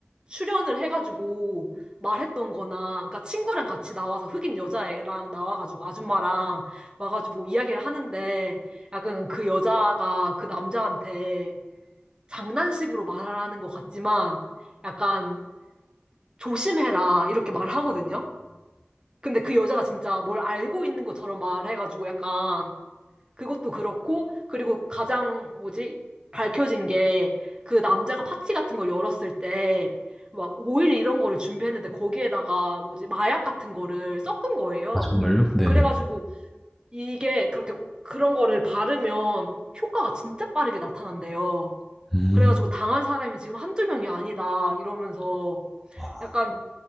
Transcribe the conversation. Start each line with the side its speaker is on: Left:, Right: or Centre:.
Right: 출연을 해가지고 말했던 거나, 그러니까 친구랑 같이 나와서 흑인 여자애랑 나와가지고 아줌마랑 와가지고 이야기를 하는데 약간 그 여자가 그 남자한테 장난식으로 말하는 것 같지만 약간 조심해라 이렇게 말하거든요. 근데 그 여자가 진짜 뭘 알고 있는 것처럼 말해가지고 약간 그것도 그렇고, 그리고 가장 뭐지? 밝혀진 게 그 남자가 파티 같은 걸 열었을 때 막 오일 이런 거를 준비했는데 거기에다가 뭐지? 마약 같은 거를 섞은 거예요.
Centre: 아 정말요? 네네.
Right: 그래가지고 이게 그렇게 오- 그런 거를 바르면 효과가 진짜 빠르게 나타난대요.
Centre: 음.
Right: 그래가지고 당한 사람이 지금 한두 명이 아니다 이러면서
Centre: 아,
Right: 약간